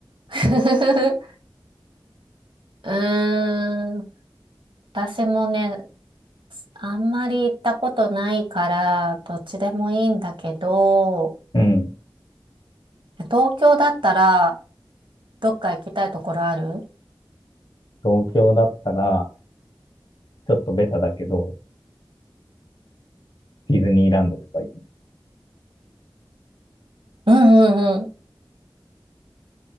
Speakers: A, on the right (about 80°); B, on the left (about 65°).
A: <laughs> うーん。私もね、あんまり行ったことないから、どっちでもいいんだけど、
B: うん。
A: 東京だったら、どっか行きたいところある
B: 東京だったら、ちょっとベタだけど、ディズニーランドとかいい。
A: うんうんうん。